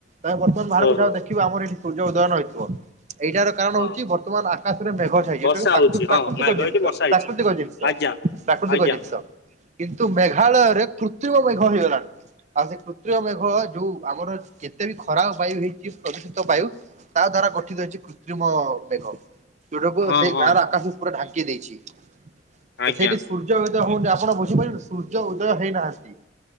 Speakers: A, on the right; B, on the left.
A: ତମେ ବର୍ତ୍ତମାନ ବାହାରକୁ
B: ଓହୋ
A: ଯାଅ ଦେଖିବ ଆମର ଏଇଠି ସୂର୍ଯ୍ୟ ଉଦୟ ନ ହେଇଥିବ। ଏଇଟାର କାରଣ
B: ହଁ
A: ହଉଛି ବର୍ତ୍ତମାନ ଆକାଶରେ ମେଘ ଛାଇ। ଯେଉଟା
B: ବର୍ଷା
A: କି
B: ହଉଛି
A: ପ୍ରା ପ୍ରାକୃତିକ
B: ହଁ ମାଇ କହିଛି
A: ଜିନିଷ
B: ବର୍ଷା ହେଇଛି
A: ପ୍ରାକୃତିକ ଜିନିଷ
B: ଆଜ୍ଞା
A: ପ୍ରାକୃତିକ
B: ଆଜ୍ଞା
A: ଜିନିଷ। କିନ୍ତୁ ମେଘାଳୟରେ କୃତ୍ରିମ ମେଘ ହେଇଗଲାଣି। ଆଉ ସେ କୃତ୍ରିୟ ମେଘ ଯୋଉ ଆମର ଯେତେ ବି ଖରାପ ବାୟୁ ହେଇଛି ପ୍ରଦୂଷିତ ବାୟୁ ତା ଦ୍ଵାରା ଗଠିତ ହେଇଛି କୃତ୍ରିମ ମେଘ। ଯଉଟାକୁ
B: ହଁ
A: ସେଇ
B: ହଁ
A: ଗାଁର ଆକାଶକୁ ପୁରା ଢାଙ୍କି ଦେଇଛି ତ
B: ଆଜ୍ଞା
A: ସେଇଠି ସୂର୍ଯ୍ୟ ଉଦୟ ହଉନି ଆପଣ ବୁଝିପାରିବେ ସୂର୍ଯ୍ୟ ଉଦୟ ହେଇନାହାନ୍ତି।